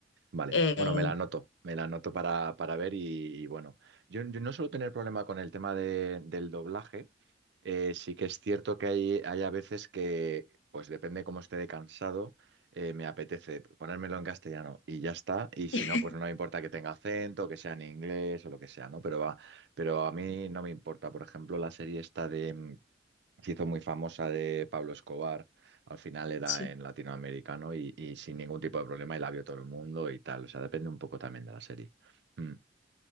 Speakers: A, on the right; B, on the left.
A: Vale,
B: Eh,
A: bueno, me la anoto, me la anoto para, para ver y, y bueno, yo, yo no suelo tener problema con el tema de- del doblaje, Eh, sí que es cierto que hay, hay a veces que, pues depende cómo esté de cansado, eh, me apetece ponérmelo en castellano y ya está, y si
B: <laughs>
A: no, pues no me importa que tenga acento, que sea en inglés o lo que sea, ¿no? Pero, va, pero a mí no me importa, por ejemplo, la serie esta de... mm, se hizo muy famosa de Pablo Escobar, al final era
B: sí,
A: en latinoamericano y, y sin ningún tipo de problema y la vio todo el mundo y tal. O sea, depende un poco también de la serie. Mm.